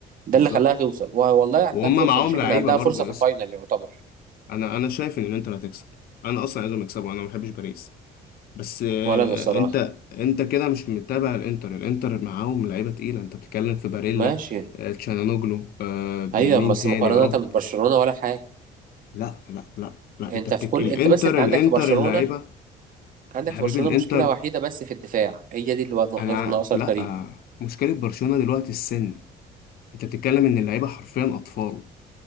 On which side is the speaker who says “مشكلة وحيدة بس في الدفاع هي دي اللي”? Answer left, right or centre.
Right